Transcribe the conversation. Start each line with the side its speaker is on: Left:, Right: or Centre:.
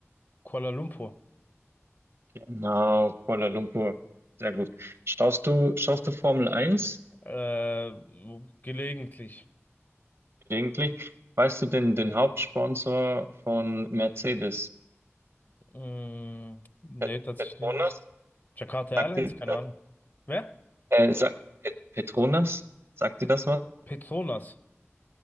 Left: Kuala Lumpur.
Right: Genau, Kuala Lumpur. Sehr gut. Schaust du, schaust du Formel eins
Left: Äh, gelegentlich.
Right: gelegentlich? Weißt du den, den Hauptsponsor von Mercedes?
Left: Mm, nee,
Right: Pet-
Left: tatsächlich
Right: Petronas?
Left: nicht. Jakarta Airlines,
Right: Sagt dir
Left: keine
Right: das?
Left: Ahnung. Wer?
Right: Äh, sagt, Pet- Petronas? Sagt
Left: Pe-
Right: dir das was?
Left: Petronas.